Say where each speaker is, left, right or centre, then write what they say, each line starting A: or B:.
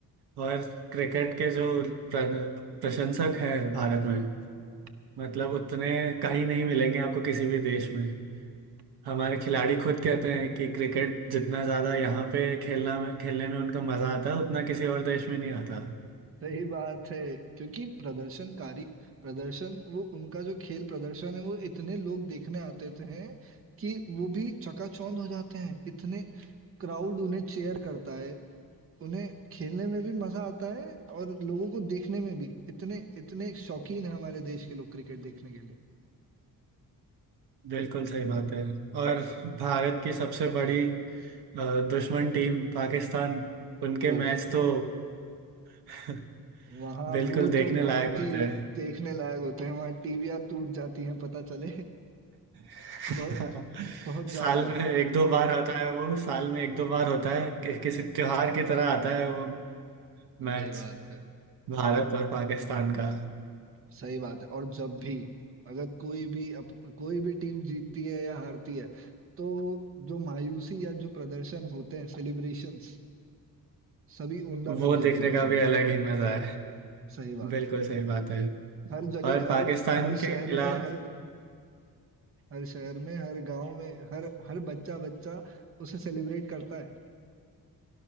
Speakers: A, on the right; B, on the right.
A: और क्रिकेट के जो प्र- प्रशंसक हैं भारत में मतलब उतने कहीं नहीं मिलेंगे आपको किसी भी देश में हमारे खिलाड़ी खुद कहते हैं कि क्रिकेट जितना ज्यादा यहाँ पे खेलना खेलने में उनको मजा आता है उतना किसी और देश में नहीं आता
B: सही बात है क्योंकि प्रदर्शनकारी प्रदर्शन वो उनका जो खेल प्रदर्शन है वो इतने लोग देखने आते थे हैं कि वो भी चकाचौंध हो जाते हैं इतने क्राउड उन्हें चेयर करता है उन्हें खेलने में भी मजा आता है और लोगों को देखने में भी इतने इतने शौकीन है हमारे देश के लोग क्रिकेट देखने के लिए
A: बिल्कुल सही बात है और भारत की सबसे बड़ी अ, दुश्मन टीम पाकिस्तान उनके
B: ओह
A: मैच तो <laughs>
B: वहाँ
A: बिल्कुल
B: वो तो
A: देखने लायक
B: बहुत ही
A: होते हैं
B: देखने लायक होते हैं वहाँ टीवियां टूट जाती हैं पता चले <laughs>
A: <laughs>
B: बहुत बहुत
A: साल
B: ज्यादा
A: में एक दो बार आता है वो साल में एक दो बार होता है कि, किसी त्योहार की तरह आता है वो मैच
B: सही बात है
A: भारत और पाकिस्तान का
B: सही बात है और जब भी अगर कोई भी अप, कोई भी टीम जीतती है या हारती है तो जो मायूसी या जो प्रदर्शन होते हैं सेलिब्रेशंस सभी उम्दा
A: वो
B: दर्जे
A: देखने
B: पे होते
A: का
B: हैं
A: भी अलग ही मजा है
B: सही बात
A: बिल्कुल
B: है
A: सही बात है
B: हर जगह
A: और पाकिस्तान
B: हर हर
A: के
B: शहर
A: खिलाफ
B: में हर हर शहर में हर गांव में हर हर बच्चा बच्चा उसे सेलिब्रेट करता है